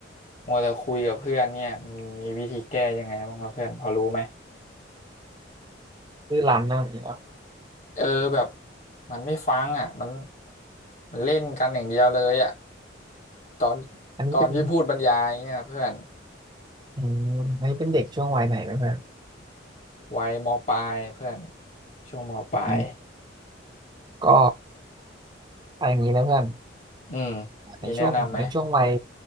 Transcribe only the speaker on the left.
มัวแต่คุยกับเพื่อนเนี่ยมันมีวิธีแก้ยังไงบ้างวะเพื่อนพอรู้ไหม
เออแบบมันไม่ฟังอ่ะมันมันเล่นกันอย่างเดียวเลยอ่ะตอน
ตอนที่พูดบรรยายเนี่ยเพื่อน
วัยมปลายเพื่อนช่วงมปลาย
อืม
มีแนะนำไหม